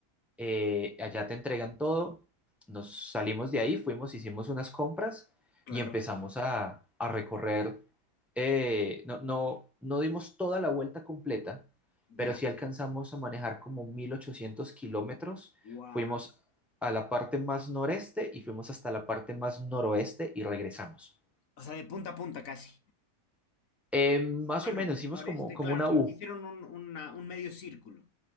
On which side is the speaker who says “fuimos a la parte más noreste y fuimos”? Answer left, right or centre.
Centre